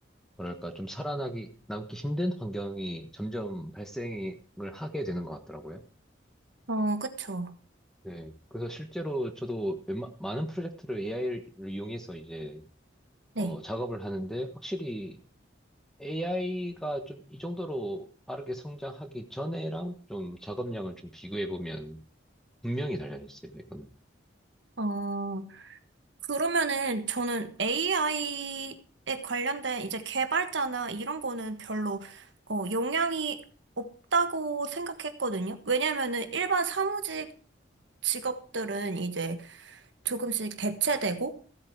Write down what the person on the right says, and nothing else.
어, 그쵸.
네.
어, 그러면은 저는 AI에 관련된 이제 개발자나 이런 거는 별로, 어, 영향이 없다고 생각했거든요. 왜냐면은 일반 사무직 직업들은 이제 조금씩 대체되고,